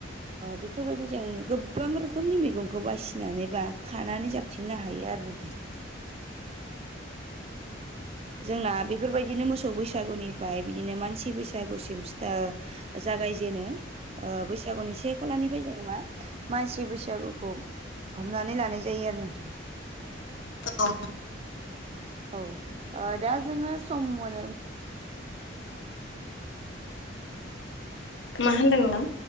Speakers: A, on the right; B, on the left.
A: बेफोरबायदि जों गोबां रोखोमनि मैगंखौ बासिनानै बा खानानै जा बिनो हायो आरो नोंथां।
B: द <inaudible>
A: जोंना बेफोरबायदिनो मोसौ बैसागुनिफ्राय बिदिनो मानसि बैसागुसिम सिथा जागायजेनो बैसागुनि से खालानिफ्राय जों मा मानसि बैसागुखौ हमनानै लानाय जायो आरो नोंथां।
B: औ।
A: औ दा जोङो सम मोनो
B: मा मोनदोंमोन नों?